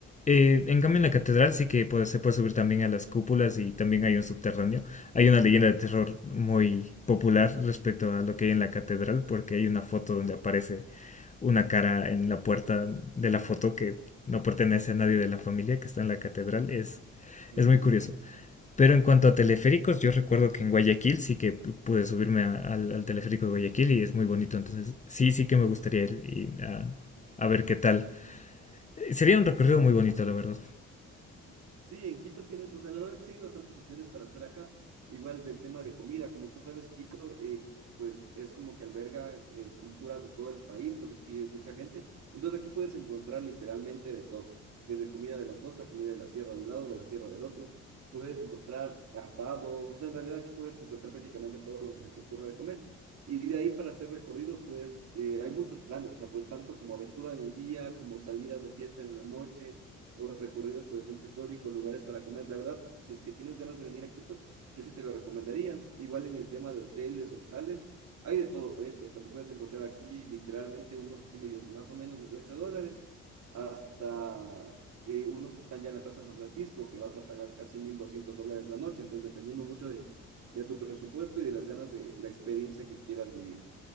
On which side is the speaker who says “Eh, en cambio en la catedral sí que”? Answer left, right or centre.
Left